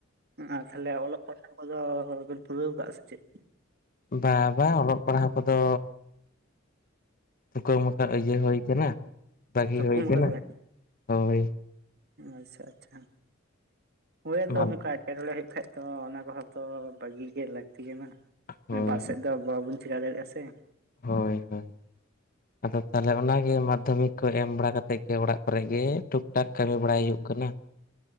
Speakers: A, on the right; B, on the left.
A: ᱟᱨ ᱛᱦᱟᱞᱮ ᱚᱞᱚᱜ ᱯᱟᱲᱦᱟᱜ ᱠᱚᱫᱚ ᱵᱤᱱ ᱯᱩᱨᱟᱹᱣ ᱠᱟᱜ-ᱟ ᱥᱮ ᱪᱮᱫ
B: ᱵᱟ ᱵᱟᱝ ᱚᱞᱚᱜ ᱯᱟᱲᱦᱟᱣ ᱠᱚᱫᱚ ᱩᱠᱟᱹ ᱢᱩ ᱤᱭᱟᱹ ᱦᱩᱭ ᱠᱟᱱᱟ ᱵᱟᱟᱹᱜᱤ
A: ᱛᱷᱩᱠᱩᱢ
B: ᱦᱩᱭ ᱠᱟᱱᱟ
A: ᱠᱟᱫᱟ ᱵᱮᱱ
B: ᱦᱳᱭ
A: ᱟᱪᱪᱷᱟ ᱟᱪᱪᱷᱟ ᱦᱚᱭ ᱟᱫᱚ
B: ᱢᱟ
A: ᱚᱝᱠᱟ ᱮᱴᱚᱬᱮ ᱦᱩᱭᱩᱜ ᱠᱷᱟᱡ ᱫᱚ ᱚᱱᱟ ᱠᱚᱦᱚᱸ ᱛᱚ ᱵᱷᱟᱹᱜᱤ ᱜᱮ ᱞᱟᱹᱠᱛᱤ ᱠᱟᱱᱟ
B: ᱦᱳᱭ
A: ᱵᱟᱥ ᱥᱮᱫ ᱫᱚ ᱵᱟᱵᱚᱱ ᱪᱮᱲᱟ ᱫᱟᱲᱮᱭᱟᱜ-ᱟ ᱥᱮ
B: ᱦᱚᱭ ᱦᱚᱭ ᱟᱫᱚ ᱛᱟᱞᱦᱮ ᱚᱱᱟᱜᱮ ᱢᱟᱫᱽᱫᱷᱚᱢᱤᱠ ᱠᱚ ᱮᱢ ᱵᱟᱲᱟ ᱠᱟᱛᱮᱜ ᱜᱮ ᱚᱲᱟᱜ ᱠᱚᱨᱮ ᱜᱮ ᱴᱩᱠ ᱴᱟᱠ ᱠᱟᱹᱢᱤ ᱵᱟᱲᱟᱭ ᱦᱩᱭᱩᱜ ᱠᱟᱱᱟ